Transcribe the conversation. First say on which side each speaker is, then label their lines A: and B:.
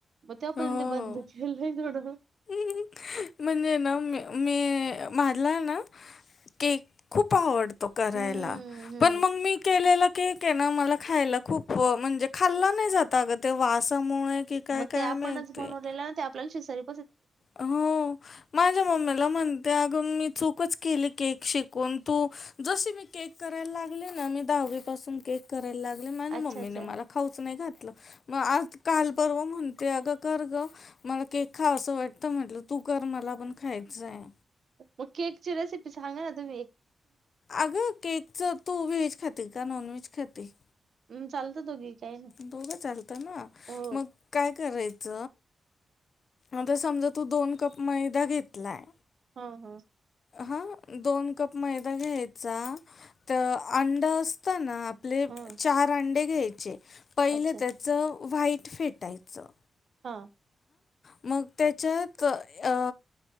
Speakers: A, on the right (about 60°); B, on the left (about 50°).
A: मग त्यापर्यंत
B: हो
A: ते बंद केलं थोडं
B: म्हणजे ना मी म्हझला ना के खूप आवडतै करायला
A: हम्म हम्म
B: पण मग मी केलेल्या ठीक आहे ना मला खायला खूप म्हणजे खाल्ला नाही जाता का ते वासामुळे की काय
A: मग
B: काय
A: ते आपणच
B: माहिती.
A: बनवलेलं ना ते आपल्या श सरी
B: हो माझ्या मम्मीला म्हण त्या अग मी चूकच केली केक शिकून तू जशी मी केक करायला लागले ना मी दा कराय लागले ना माझ्या
A: अच्छा
B: मम्मीने
A: अच्छा
B: मला खाऊच नाही घातलं कालपर्व म्हणते अ ग कर ग मला केक खावासा असं वाटत म्हटलं तू कर मला पण खायचं आहे.
A: मग केकची रेसिपी सांगा ना तुम्ही एक
B: अग केक च तू वेहेज खातात का नॉन वेहेज खातात
A: हम् चालत दोघी काही नाही
B: दोघं चालतं ना
A: हो
B: मग काय करायच ंत समजा तू दोन कप मैदा घेतलाय
A: हा हा
B: हा दोन कप मैदा घ्यायचा तर अंड असता ना आपले
A: हा
B: चार अंडे घ्यायचे पहिले
A: अच्छा
B: त्याच व्हाईट फेटायचं
A: हा
B: मग त्याच्यात अ